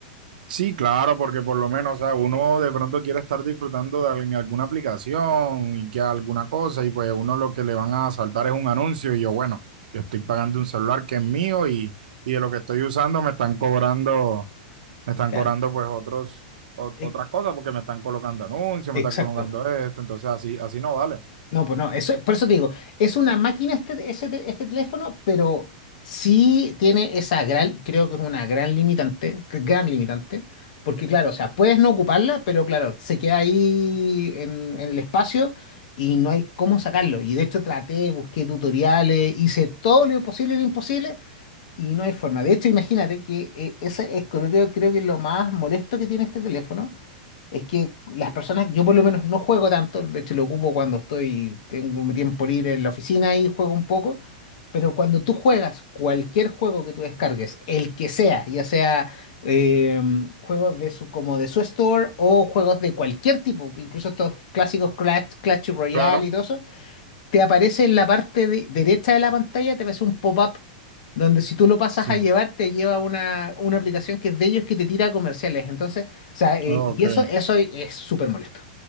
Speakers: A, on the right; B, on the left.
A: Sí, claro, porque por lo menos, o sea, uno de pronto quiere estar disfrutando de al- en alguna aplicación y que alguna cosa, y pues uno lo que le van a saltar es un anuncio, y yo, bueno, yo estoy pagando un celular que es mío y, y de lo que estoy usando me están cobrando, me están
B: Claro.
A: cobrando pues otros, ot-
B: E-
A: otras cosas, porque me están colocando anuncios, me
B: Exacto.
A: están colocando esto, entonces así, así no vale.
B: No, pues no, eso, por eso te digo, es una máquina este, ese te- este teléfono, pero sí tiene esa gran, creo que es una gran limitante, que- gran limitante, porque claro, o sea, puedes no ocuparla, pero claro, se queda ahí en, en el espacio y no hay cómo sacarlo. Y de hecho traté, busqué tutoriales, hice todo lo posible y lo imposible, y no hay forma. De hecho, imagínate que eh, ese es, creo, creo creo que lo más molesto que tiene este teléfono es que las personas, yo por lo menos no juego tanto, de hecho lo ocupo cuando estoy, tengo mi tiempo libre en la oficina y juego un poco, pero cuando tú juegas cualquier juego que tú descargues, el que sea, ya sea eh, juegos de su, como de su store o juegos de cualquier tipo, incluso estos clásicos Clash, Clash Royale
A: Claro,
B: y todo eso, te aparece en la parte de- derecha de la pantalla, te aparece un pop-up donde si tú lo pasas
A: sí,
B: a llevar, te lleva una, una aplicación que es de ellos que te tira comerciales. Entonces, o sea, eh,
A: ok.
B: y eso, eso es súper molesto.